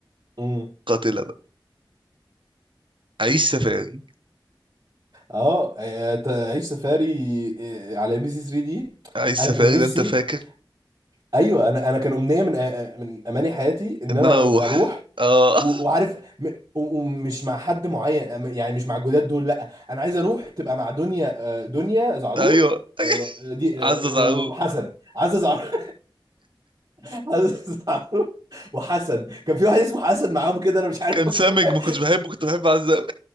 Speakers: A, on the right; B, on the right.
A: مم.
B: قاتله بقى عيش سفاري
A: اه آه، تعيش سفاري آه، على ام بي سي 3 دي
B: عيش
A: انا
B: سفاري
A: كان نفسي
B: ده انت فاكر
A: ايوه انا انا كان امنيه من أ- من اماني حياتي ان
B: ان
A: انا
B: انا
A: اروح
B: اروح
A: أروح
B: اه
A: و- وعارف م- و- ومش مع حد معين أم- يعني مش مع الجداد دول لا انا عايز اروح تبقى مع دنيا آه، دنيا
B: <laughs>
A: زعرور
B: ايوه
A: آه، دي
B: <laughs>
A: آه،
B: عزة زعرور
A: وحسن عزة زعرور <laughs> عزة زعرور وحسن كان في واحد اسمه حسن معاهم كده انا مش عارف
B: كان
A: هو
B: سامج
A: كان-
B: ما كنتش بحبه كنت بحب عزة قوي